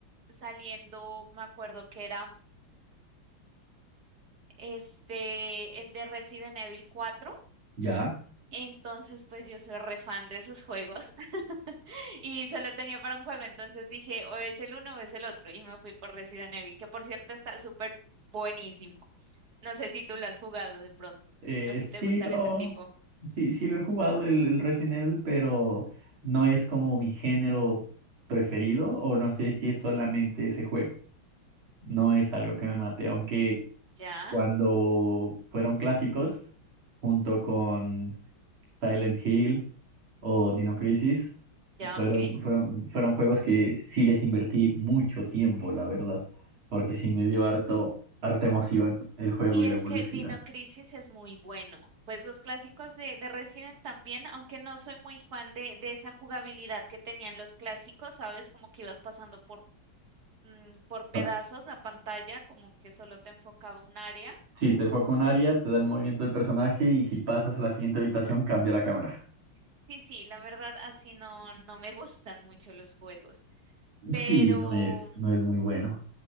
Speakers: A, on the right; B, on the right.
A: saliendo, me acuerdo que era este, el de Resident Evil 4.
B: Ya.
A: Entonces, pues yo soy re fan de esos juegos <laughs> y solo tenía para un juego, entonces dije, o es el uno o es el otro y me fui por Resident Evil, que por cierto está súper buenísimo. No sé si tú lo has jugado de pronto,
B: Eh,
A: no si
B: sí
A: te gustan
B: lo,
A: ese tipo.
B: sí, sí lo he jugado el, el Resident Evil, pero no es como mi género preferido o no sé si es solamente ese juego. No es algo que me mate, aunque
A: Ya,
B: cuando fueron clásicos, junto con Silent Hill o Dino Crisis,
A: ya,
B: fueron,
A: ok.
B: fueron, fueron juegos que sí les invertí mucho tiempo, la verdad, porque sí me dio harto, harta emoción el juego
A: Y
B: y
A: es
B: la evolución.
A: que Dino Crisis es muy bueno. Pues los clásicos de, de Resident también, aunque no soy muy fan de, de esa jugabilidad que tenían los clásicos, ¿sabes? Como que ibas pasando por, mm, por pedazos
B: Ah,
A: la pantalla, como que solo te enfocaba un área.
B: Sí, te enfoca un área, te da el movimiento del personaje y si pasas a la siguiente habitación cambia la cámara.
A: Sí, sí, la verdad así no, no me gustan mucho los juegos, pero,
B: Sí, no es, no es muy bueno.